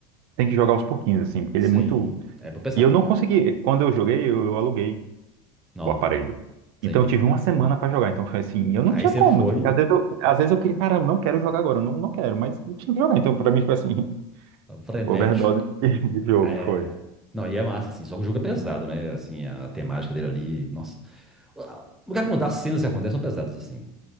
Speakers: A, on the right (about 75°); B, in the centre.
A: Tem que jogar aos pouquinhos, assim, porque
B: Sim.
A: ele é muito
B: É bom pesado.
A: E eu não consegui. Quando eu joguei, eu, eu aluguei
B: Não,
A: o aparelho.
B: sim.
A: Então eu tive uma semana para jogar. Então foi assim, eu não
B: Aí
A: tinha
B: você
A: como.
B: foi
A: Tipo, porque às vezes eu, às vezes eu queria, cara, eu não quero jogar agora, eu não, não quero, mas eu tinha que jogar. Então pra mim foi assim, <laughs>
B: frenético.
A: overdose de de jogo,
B: É.
A: foi.
B: Não, e é massa, assim, só que o jogo é pesado, né? Assim, a temática dele ali, nossa. O que acontece, as cenas que acontecem são pesadas, assim.